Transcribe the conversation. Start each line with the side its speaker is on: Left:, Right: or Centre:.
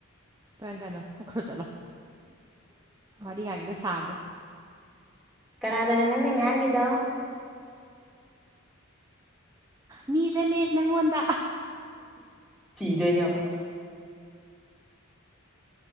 Right: ꯇ ꯀꯩꯅꯣ ꯆꯈ꯭ꯔ ꯆꯠꯂꯣ ꯋꯥꯔꯤ ꯉꯥꯛꯁꯦ ꯁꯥꯒꯦ
Centre: ꯈꯔꯗꯅ ꯅꯪ ꯍ ꯍꯉꯗꯣ
Right: ꯃꯤꯗꯅꯦ ꯅꯪꯉꯣꯟꯗ
Centre: ꯗꯩꯅꯣ